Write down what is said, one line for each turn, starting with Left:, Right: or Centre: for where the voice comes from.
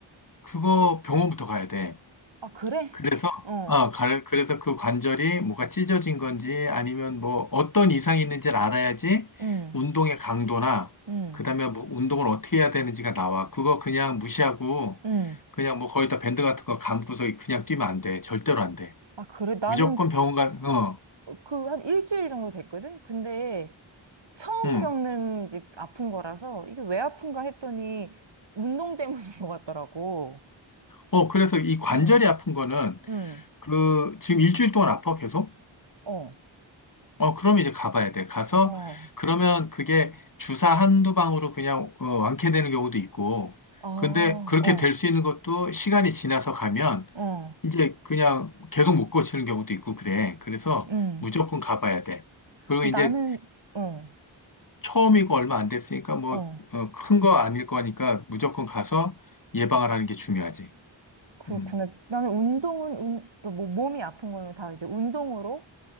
Left: 그거 병원부터 가야 돼.
Right: 아, 그래?
Left: 그래서,
Right: 어.
Left: 어, 가- 그래서 그 관절이 뭐가 찢어진 건지 아니면 뭐 어떤 이상이 있는지를 알아야지
Right: 응,
Left: 운동의 강도나
Right: 응,
Left: 그다음에 뭐 운동을 어떻게 해야 되는지가 나와. 그거 그냥 무시하고
Right: 응.
Left: 그냥 뭐 거의 다 밴드 같은 거 감고서 그냥 뛰면 안 돼. 절대로 안 돼.
Right: 아, 그래? 나는
Left: 무조건 병원 가, 어,
Right: 그 한 일주일 정도 됐거든? 근데 처음
Left: 응.
Right: 겪는 이제 아픈 거라서 이게 왜 아픈가 했더니 운동 때문인 것 같더라고.
Left: 어, 그래서 이 관절이
Right: 응.
Left: 아픈 거는
Right: 응.
Left: 그 지금 일주일 동안 아파 계속?
Right: 어,
Left: 어, 그럼 이제 가봐야 돼. 가서,
Right: 어,
Left: 그러면 그게 주사 한두 방으로 그냥 어, 완쾌되는 경우도 있고,
Right: 아,
Left: 근데 그렇게
Right: 어,
Left: 될 수 있는 것도 시간이 지나서 가면
Right: 어,
Left: 이제 그냥 계속 못 고치는 경우도 있고 그래. 그래서
Right: 음.
Left: 무조건 가봐야 돼. 그리고
Right: 나는,
Left: 이제
Right: 어,
Left: 처음이고 얼마 안 됐으니까 뭐,
Right: 어,
Left: 어, 큰 거 아닐 거니까 무조건 가서 예방을 하는 게 중요하지.
Right: 그렇구나.
Left: 음,
Right: 나는 운동은, 운, 그뭐 몸이 아픈 거는 다 이제 운동으로